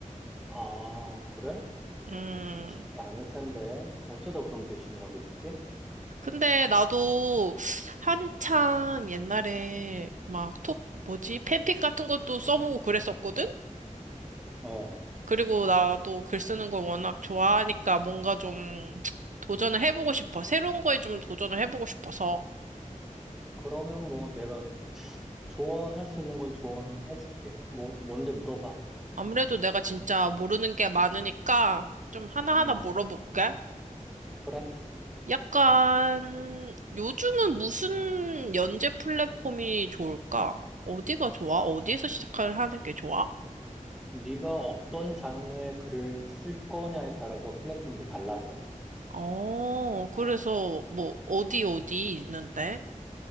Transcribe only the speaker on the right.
음,
근데 나도 한창 옛날에 막 톡, 뭐지? 팬픽 같은 것도 써보고 그랬었거든?
그리고 나도 글 쓰는 걸 워낙 좋아하니까 뭔가 좀 도전을 해보고 싶어. 새로운 거에 좀 도전을 해보고 싶어서.
아무래도 내가 진짜 모르는 게 많으니까 좀 하나하나
물어볼게.
약간 요즘은 무슨 연재 플랫폼이 좋을까? 어디가 좋아? 어디에서 시작을 하는 게 좋아?
어,
그래서 뭐 어디 어디 있는데?